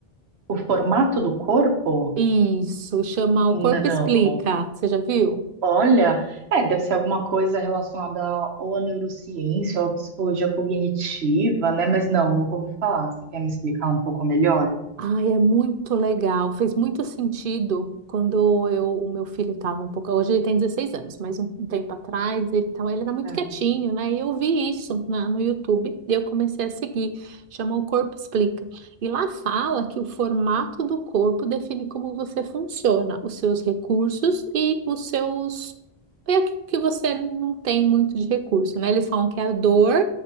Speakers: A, on the right (about 85°); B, on the right (about 65°).
A: O formato do corpo?
B: Isso, chama O
A: Não.
B: Corpo Explica. Você já viu?
A: Olha, é, deve ser alguma coisa relacionada ou à neurociência ou à psicologia cognitiva, né? Mas não, nunca ouvi falar. Você quer me explicar um pouco melhor?
B: Ai, é muito legal. Fez muito sentido quando eu, o meu filho estava um pouco. Hoje ele tem 16 anos, mas um, um tempo atrás ele, tava, ele era muito
A: Aham.
B: quietinho, né? E eu vi isso na- no YouTube e eu comecei a seguir. Chama O Corpo Explica. E lá fala que o formato do corpo define como você funciona, os seus recursos e os seus. É aquilo que você não tem muito de recurso, né? Eles falam que é a dor